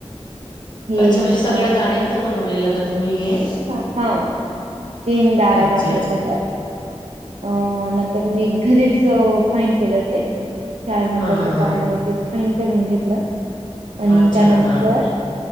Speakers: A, on the right; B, on the left.
A: हे
B: अच्छा म्हणजे सगळ्यााडींचं
A: अ,
B: बनवलेलं का तुम्ही हे
A: ह हा तीन डळ
B: अच्छा
A: दागलंत
B: अच्छा.
A: त्याच्या अ नंतर मी घरीच फाईन केलं ते चार नंबरच्या
B: हा हा हा.
A: चाळणीवरतीच फाइन करून घेतलं आणि
B: अच्छा
A: त्यानंतर
B: हा